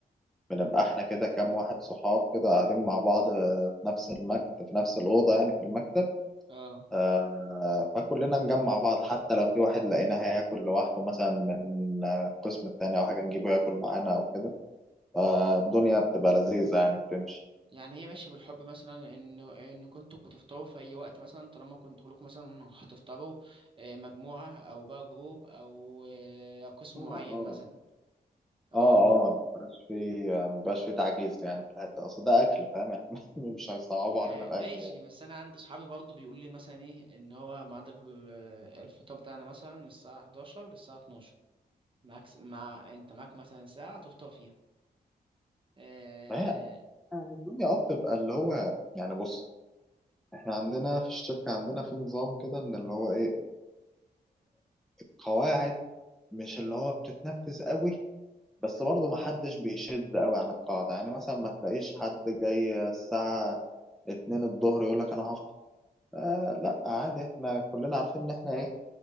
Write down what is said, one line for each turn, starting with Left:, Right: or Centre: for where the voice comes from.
Centre: بنبقى احنا كده كام واحد صحاب كده قاعدين مع بعض آه، في نفس المكتب في نفس الأوضة يعني في المكتب
Right: اه
Centre: آه، فكلنا نجمع بعض حتى لو في واحد لقيناه هياكل لوحده مثلا من آه، القسم التاني أو حاجة نجيبه ياكل معانا أو كده فالدنيا بتبقى لذيذة يعني بتمشي
Right: يعني هي ماشية بالحب مثلا ان ان كنتوا بتفطروا في اي وقت مثلا طالما كنتوا كلكم مثلا هتفطروا آه، مجموعة او بقى جروب او آه، أو قسم
Centre: اه
Right: معين
Centre: اه
Right: مثلا اه
Centre: اه اه ما بيبقاش في ما بيبقاش في تعجيز يعني في الحتة أصل ده أكل فاهم يعني <laughs> مش هيصعبوا
Right: آه،
Centre: علينا الأكل
Right: ماشي
Centre: يعني
Right: بس انا عندي صحابي برضو بيقولوا لي مثلا ايه ان هو ميعاد ال- الفطار بتاعنا مثلا من الساعة 11 للساعة 12 معاك س- مع انت معاك مثلا ساعة تفطر فيها آه،
Centre: فهي يعني الدنيا اه بتبقى اللي هو يعني بص احنا عندنا في الشركة عندنا في نظام كده إن اللي هو إيه القواعد مش اللي هو بتتنفذ قوي بس برضه محدش بيشد قوي عن القاعدة يعني مثلا ما تلاقيش حد جاي الساعة اتنين الظهر يقول لك أنا هفطر آه لا عادي احنا كلنا عارفين إن احنا إيه